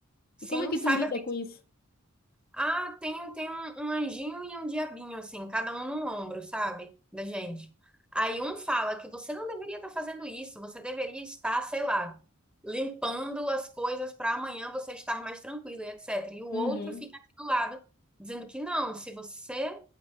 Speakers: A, in the centre; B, on the left (about 45°).
A: sim,
B: E como é que
A: saiba
B: tu lida com isso?
A: Ah, tem, um, tem um, um anjinho e um diabinho, assim, cada um num ombro, sabe? Da gente. Aí um fala que você não deveria estar fazendo isso, você deveria estar, sei lá, limpando as coisas para amanhã você estar mais tranquilo e etc. E o
B: Uhum,
A: outro fica aqui do lado, dizendo que não, se você